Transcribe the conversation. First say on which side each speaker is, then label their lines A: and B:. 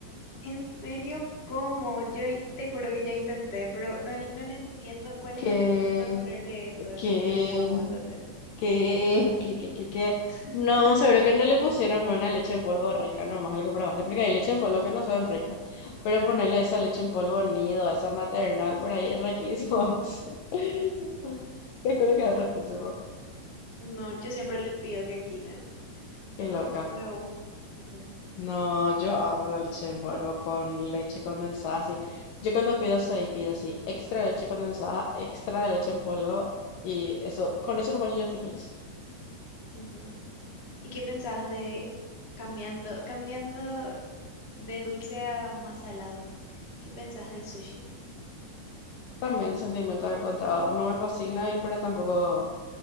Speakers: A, on the left; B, on the left.
A: ¿En serio? ¿Cómo? Yo i- te juro que ya intenté, pero no, le- no le entiendo cuál
B: Que
A: es el punto de ponerle eso, de-
B: ¿Qué?
A: ese polvo, ¿entendés?
B: ¿Qué? ¿Qué? ¿Qué? ¿Qué? ¿Qué?
A: <laughs>
B: No, seguro que no le pusieron una leche en polvo rica, nomás al que probaste, porque hay leche en polvo que no son ricas. Pero ponerle esa leche en polvo nido, esa maternal por ahí, es riquísimo. <laughs> Te juro que es riquísimo.
A: No, yo siempre le pido que quiten.
B: Qué
A: No,
B: loca.
A: no me gusta. Mm,
B: No, yo amo la leche en polvo con leche condensada, así. Yo cuando pido ahí pido así, extra leche condensada, extra leche en polvo, y eso, con eso nomás yo ya estoy feliz.
A: mm, ujú. ¿Y qué pensás de cambiando, cambiando de dulce a más salado? ¿Qué pensás del sushi?
B: También sentimientos encontrados. No me fascina y pero tampoco